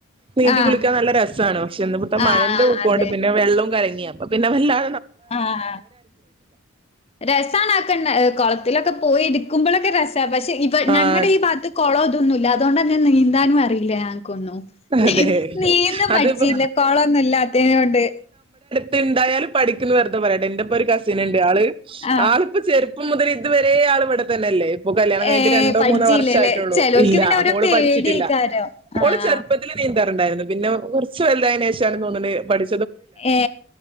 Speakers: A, on the right (about 25°); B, on the left (about 30°).
A: നീന്തി
B: ആഹ്
A: കുളിക്കാൻ നല്ല രസാണ് പക്ഷെ ഇന്ന്ബത്തെ
B: ആഹ്
A: മഴന്റെ ഉൂക്കോണ്ട്
B: അതെ
A: പിന്നെ വെള്ളും കലങ്ങി അ അപ്പ പിന്നെ വല്ലാ
B: ആഹ അ രസാണ വക്കെന്നെ ആ കൊള തിലൊക്കെ പോയി ഇര്ക്കുമ്പോളൊക്കെ രസാ പക്ഷെ ഇബ
A: ആഹ്
B: ഞങ്ങടെ ഈ ഭാത്ത് കൊളൊ തൊന്നുല്ല അതൊണ്ടെന്നെ നീന്താനും അറീല കൊന്നു നിഹ്
A: അതെ
B: നീന്തം
A: അതിപ്പോ
B: പട്ച്ചില്ല കൊളൊന്നുല്ലാത്തിനോണ്ട്
A: പെന്തായാലും പഠിക്ന്ന് വെർതെ പറയാട്ടൊ ഇന്റെപ്പരു കസിന്ണ്ട് ആള്
B: ആഹ്
A: ആള്പ്പോ ചര് പ്പം മുതൽ ഇതുവരേ ആൾ ഇവിടെ തന്നെല്ലേ പ്പൊ കല്യാണംകൈഞ്ഞിട്ട്
B: ഏ
A: രണ്ടോ
B: പഠിച്ചീലല്ലേ?
A: മൂന്നോ വർഷായിട്ടൊള്ളൂ.
B: ചെലോൽക്ക്
A: ഇല്ല
B: പിന്നെ ഓരോ
A: ഹോള്
B: പേടിയേക്കാരം.
A: പഠിച്ചിട്ടില്ല
B: ആഹ്
A: ഓള് ചെർ നീന്താറുണ്ടായിരുന്നു പിന്നെ കൊർച്ച് വൽതായിനേശാണ് തോന്നണ് പഠി
B: ഏ